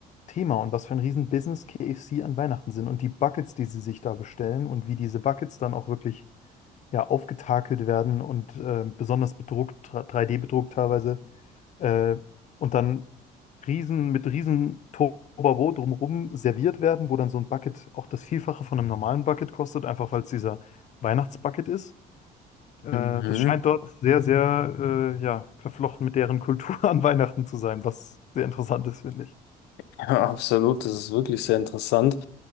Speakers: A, on the left; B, on the left.
A: Thema und was für ein riesen Business KFC an Weihnachten sind und die Buckets, die sie sich da bestellen und wie diese Buckets dann auch wirklich ja, aufgetakelt werden und äh, besonders bedruckt, 3D-bedruckt teilweise. Äh, und dann riesen, mit riesen Tobabo drumherum serviert werden, wo dann so ein Bucket auch das Vielfache von einem normalen Bucket kostet, einfach weil es dieser Weihnachtsbucket ist. Äh,
B: Mhm.
A: das scheint dort sehr, sehr äh, ja, verflochten mit deren Kultur an Weihnachten zu sein, was sehr interessant ist, finde ich.
B: <laughs> Ja, absolut, das ist wirklich sehr interessant.